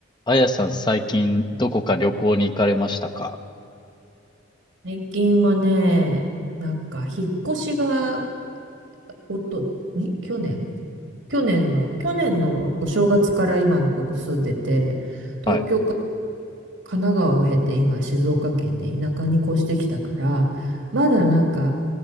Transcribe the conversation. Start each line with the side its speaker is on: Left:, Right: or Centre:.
Left: あやさん、最近、どこか旅行に行かれましたか
Right: 最近はね、なんか、引っ越しが、おと、ん去年去年の、去年のお正月から今のとこ住んでて、東京か
Left: はい、
Right: 神奈川を経て今静岡県で田舎に越してきたから、まだなんか、